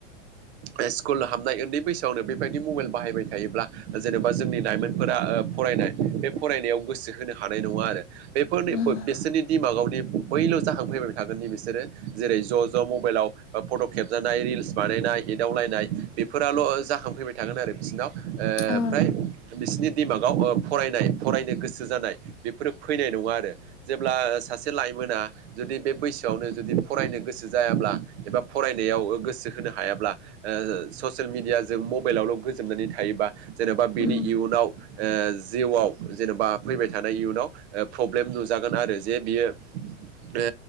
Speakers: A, on the right; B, on the left.
A: ओ स्कुल हाबनाय उन्दै बैसोआवनो बेबायदि मबाइल बाहायबाय थायोब्ला जेनोबा जोंनि लाइमोनफोरा ओ फरायनाय बे फरायनायाव गोसो होनो हानाय नङा आरो बेफोरनि
B: उम,
A: बिसोरनि दिमागावनि बैल' जाहांफैबाय थागोन बिसोरो जेरै' ज' ज' मबाइलाव फट' खेबजानाय रिल्स बानायनाय नाय एदावलायनाय बेफोराल' जाखांफैबाय थागोन आरो बिसिनाव ओ आमफाय
B: औ
A: बिसिनि दिमागाव ओ फरायनाय फरायनो गोसो जानाय बेफोरो फैनाय नङा आरो जेब्ला सासे लाइमोना जुदि बे बैसोआवनो जुदि फरायनो गोसो जाया ब्ला एबा फरायनायाव ओ गोसो होनो हायाब्ला ओ ससिल मिडिया जों मबाइलावल' गोजोमनानै नै थायोबा जेनेबा बिनि
B: उम,
A: इयुनाव ओ जिउआव जेनेबा फैबाय थानाय इयुनाव ओ प्रब्लेम नुजागोन आरो जे बियो ओ